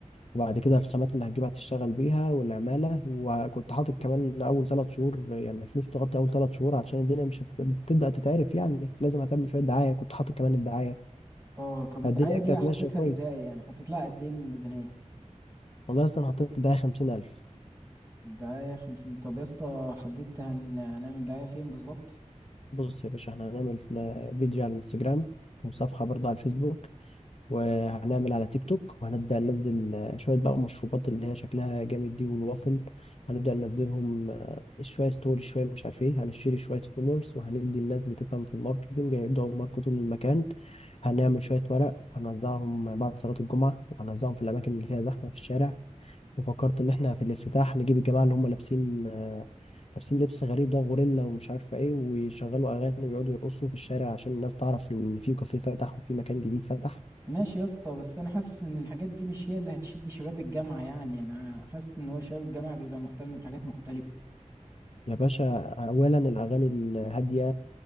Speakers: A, on the left; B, on the right.
A: وبعد كده الخامات اللي هتجيبها تشتغل بيها والعمالة وكنت حاطط كمان أول ثلاث شهور يعني فلوس تغطي أول ثلاث شهور عشان الدنيا مش هتبدأ تتعرف يعني لازم أهتم شوية دعاية كنت حاطط كمان الدعاية
B: اه طب الدعاية
A: فالدنيا
B: دي
A: كانت
B: حطيتها
A: ماشية كويس
B: ازاي يعني حطيت لها قد ايه من الميزانية
A: والله أصلا حطيت لدعاية خمسين ألف
B: الدعاية خمسين طب يا اسطى حددت هن- هنعمل دعاية فين بالظبط
A: بص يا باشا احنا هنعمل بيج على الانستجرام وصفحة برضه على الفيسبوك وهنعمل على تيك توك وهنبدأ ننزل آه، شوية بقى مشروبات اللي هي شكلها جامد دي والوافل هنبدأ ننزلهم آه، شوية ستوري شوية مش عارف ايه هنشتري شوية فولورز وهندي الناس بتفهم في الماركتينج هيبدأوا يماركتوا للمكان هنعمل شوية ورق وهنوزعهم بعد صلاة الجمعة وهنوزعهم في الأماكن اللي فيها زحمة في الشارع وفكرت إن إحنا في الافتتاح نجيب الجماعة اللي هم لابسين آه، لابسين لبس غريب ده غوريلا ومش عارفة إيه ويشغلوا أغاني ويقعدوا يرقصوا في الشارع عشان الناس تعرف إن في كافيه فتح وفي مكان جديد فتح
B: ماشي يا اسطى بس انا حاسس ان الحاجات دي مش هي اللي هتشد شباب الجامعة يعني انا حاسس ان هو شباب الجامعة بيبقى مهتم بحاجات مختلفة
A: يا باشا اولا الاغاني الهاديه